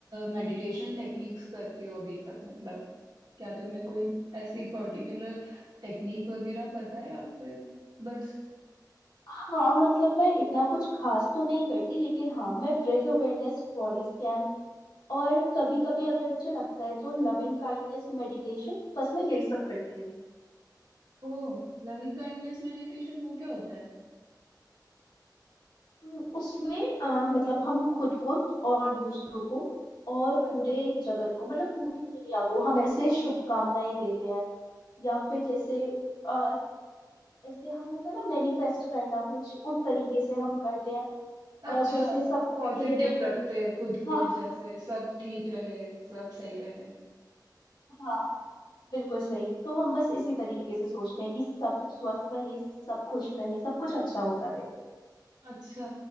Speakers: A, on the right (about 70°); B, on the left (about 80°).
A: मेडिटेशन टेक्निक्स करती हो अभी तक मतलब क्या तुम्हें कोई ऐसी पर्टिकुलर टेक्निक वगैरह पता है या फिर बस
B: हाँ मतलब मैं इतना कुछ खास तो नहीं करती लेकिन हाँ मैं ब्रेथ अवेयरनेस बॉडी स्कैन और कभी कभी अगर मुझे लगता है तो लविंग काइंडनेस मेडिटेशन बस मैं यही सब करती हूँ
A: ओ लविंग काइंडनेस मेडिटेशन वो क्या होता है
B: हम्म, उसमें अ, मतलब हम खुद को और दूसरों को और
A: हाँ
B: पूरे जगत को मतलब पूरी दुनिया को हम ऐसे शुभकामनाएं देते हैं या फिर जैसे आ, ऐसे हम होता है ना मैनिफेस्ट करना कुछ उस तरीके से हम करते हैं अ,
A: अच्छा
B: जैसे सबके
A: पॉजिटिव
B: लिए बोलते
A: रखते
B: हैं
A: हैं खुद को
B: हाँ
A: जैसे सब ठीक रहे सब सही रहे
B: हाँ बिल्कुल सही तो हम बस इसी तरीके से सोचते हैं कि सब स्वस्थ रहे सब खुश रहे सब कुछ अच्छा होता रहे
A: अच्छा